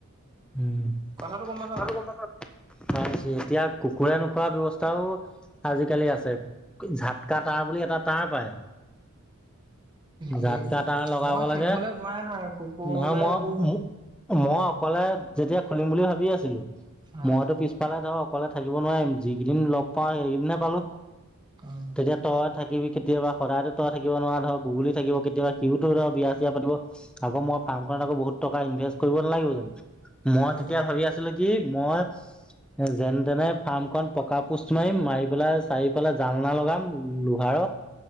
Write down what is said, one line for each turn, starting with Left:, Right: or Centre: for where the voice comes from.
Centre: <unintelligible>
Right: কথাটো গম পাইছ নাই
Centre: এতিয়া কুকুৰা ন। খোৱা ব্যৱস্থা আজিকালি আছে ঝাটকা তাঁৰ বুলি এটা তাঁ পায়, <unintelligible>
Right: সেইবোৰ
Centre: জাত ক তাৰ লগাব
Right: মই সেইবোৰলে
Centre: লাগে
Right: যোৱাই নাই কুকুৰলে
Centre: নহয় মই,
Right: এইবোৰ
Centre: মই অকলে যেতিয়া খুলিম বুলি ভাবি আছিলো,
Right: অ'
Centre: মইতো পিছফালে ধৰক, অকলে থাকিব নোৱাৰিম যি কেইদিন লগ পাওঁ সেইকেইদিনহে পালো
Right: অ'
Centre: তেতিয়া তই থাকি। থিবি কেতিয়াবা সদায়ো তই থাকিব নোৱাৰা ধৰক গুগুলি থাকিব কেতিয়াবা সও তো বিয়া চিয় পাতি আক মই, কামত আকৌ বহুত টকা ইনভেষ্ট কৰিব নালাগিব জানো মই
Right: হয়তো
Centre: তেতিয়া ভাবি আছিলো কি মই, এ যেনে তেনে ফাৰ্মখন পকা পোষ্ট মাৰিম মাৰি পেলাই চাৰি পেলাই জালনা লগাম লোহাৰ।